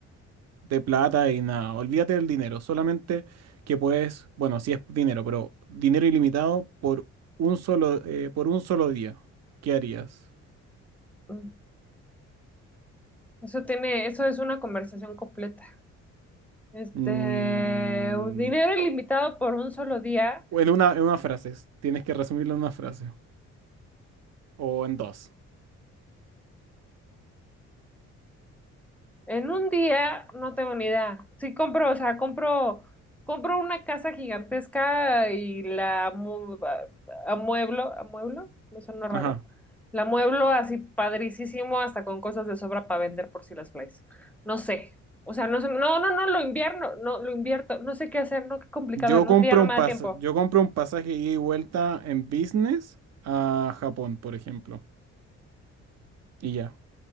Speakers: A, on the right; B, in the centre.
A: de plata y nada, olvídate del dinero, solamente que puedes, bueno, sí es dinero, pero dinero ilimitado por un solo, eh, por un solo día, ¿qué harías?
B: Mm. Eso tiene, eso es una conversación completa. Este,
A: Mm,
B: dinero ilimitado por un solo día.
A: en una, en una frase. Tienes que resumirlo en una frase. O en dos.
B: En un día, no tengo ni idea. Sí compro, o sea, compro, compro una casa gigantesca y la mu- a- amueblo, amueblo, me suena raro.
A: Ajá.
B: La amueblo así padricísimo, hasta con cosas de sobra para vender por si las flies. No sé. O sea, no, sé- no, no, no, lo invierno, no, lo invierto. No sé qué hacer, no, qué complicado.
A: Yo
B: En
A: compro
B: un día no
A: un
B: me da
A: pas-
B: tiempo.
A: yo compro un pasaje ida y vuelta en business a Japón, por ejemplo. Y ya.